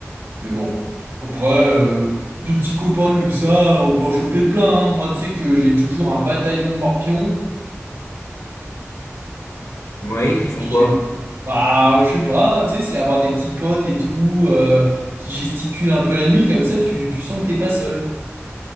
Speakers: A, on the right; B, on the left.
A: Mais bon, après, euh, des petits copains comme ça, on peut en choper plein. hein. Moi, tu sais que j'ai toujours un bataillon de morpions.
B: Vous voyez qu'ils font
A: Je
B: quoi?
A: sais pas, je sais pas, tu sais, c'est avoir des petits potes et tout, euh, qui gesticulent un peu la nuit, comme ça, tu, tu sens que t'es pas seul.